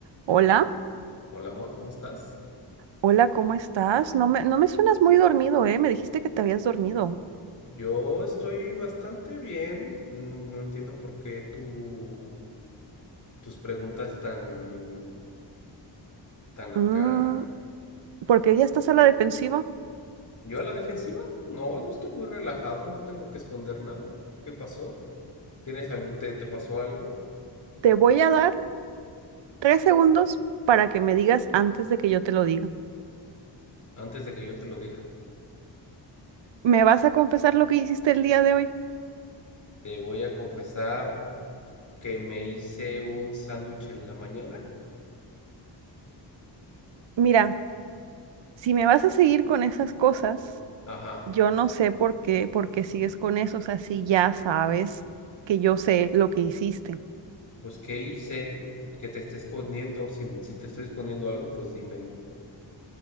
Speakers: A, on the right; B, on the left.
A: Hola,
B: Hola amor, ¿cómo estás?
A: hola, ¿cómo estás? No me, no me suenas muy dormido, ¿eh? Me dijiste que te habías dormido.
B: Yo estoy bastante bien. mm, No entiendo por qué tu- tus preguntas tan, tan acá.
A: Mm, porque ya estás a la defensiva.
B: ¿Yo a la defensiva? No, yo estoy muy relajado, no tengo que esconder nada. ¿Qué pasó? ¿Tienes algo, te, te pasó algo?
A: Te voy a dar tres segundos para que me digas antes de que yo te lo diga.
B: Antes de que yo te lo diga,
A: ¿Me vas a confesar lo que hiciste el día de hoy?
B: te voy a confesar que me hice un sándwich en la mañana.
A: Mira, si me vas a seguir con esas cosas,
B: Ajá,
A: yo no sé por qué, por qué sigues con eso. O sea, si ya sabes que yo sé lo que hiciste.
B: pues ¿qué hice? Que te esté escondiendo. Si, si te estoy escondiendo algo, pues dímelo.